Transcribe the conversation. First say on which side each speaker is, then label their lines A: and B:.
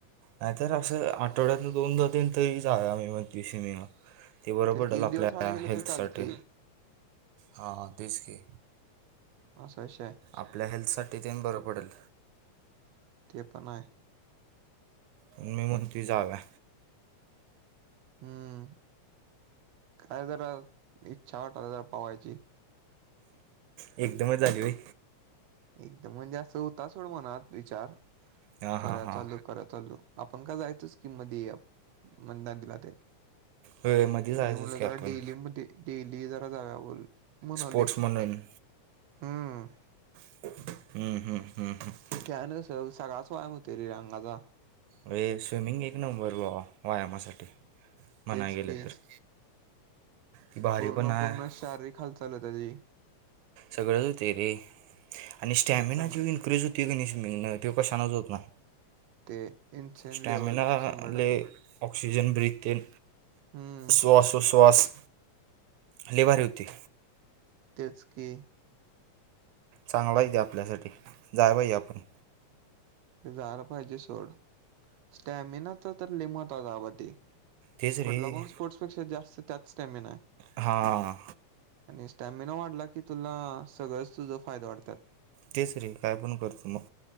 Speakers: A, on the right; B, on the right.
A: नाहीतर असं आठवड्यातन दोन <unintelligible> मी म्हणते स्विमिंगला. ते बर
B: तेच
A: पडल
B: की एक
A: आपल्या
B: दिवस आड गेलं
A: हेल्थसाठी.
B: तरी चालते
A: हा तेच की.
B: असा विषय आहे.
A: आपल्या हेल्थसाठी तेन बरं पडेल.
B: ते पण आहे.
A: मी म्हणते जाऊया.
B: हम्म, काय जरा इच्छा <unintelligible> पोवायची.
A: एकदमच झाली होय?
B: एकदम म्हणजे असं होता सोडं मनात विचार,
A: हां
B: करा
A: हां हां
B: चालू करा चालू. आपण का जायचं स्कीम मधे या <unintelligible> दिला ते.
A: होय मध्ये जायचंच
B: मी म्हणल
A: की
B: जरा
A: आपण
B: डेली मधे डेली जरा जाऊया बोल म्हणाले
A: स्पोर्ट्समन आहे मी.
B: हम्म
A: हम्म हम्म हम्म हम्.
B: त्यान सग सगळाच व्यायाम होतोय रे अंगाचा.
A: व्हय स्विमिंग एक नंबर <unintelligible> व्यायामासाठी म्हणाय
B: तेच
A: गेल
B: की
A: तर. ती भारी
B: पूर्ण
A: पण आहे
B: पूर्ण, शारीरिक हालचाल <unintelligible>
A: सगळच होतय रे, आणि स्टॅमिना
B: तेच सांगा
A: जो इनक्रीज होत <unintelligible> तो कशाानच होत नाय.
B: ते इन्सेन
A: स्टॅमिना
B: लेवल शंभर
A: लय
B: टक्के
A: ऑक्सिजन ब्रीथिग
B: हम्म,
A: श्वासोच्छ्वास लय भारी होती.
B: तेच की.
A: चांगलाय ते आपल्यासाठी, जाय पाहिजे आपण.
B: ते जायला पाहिजे सोड, स्टॅमिना तर त्यात लई महत्त्वाचा <unintelligible> ते.
A: तेच रे
B: कुठला पण स्पोर्ट्सपेक्षा जास्त त्यात स्टॅमिना आहे.
A: हां
B: आणि स्टॅमिना वाढला की तुला सगळंच तुझं फायद वाढतात.
A: तेच रे, काय पण करतो मग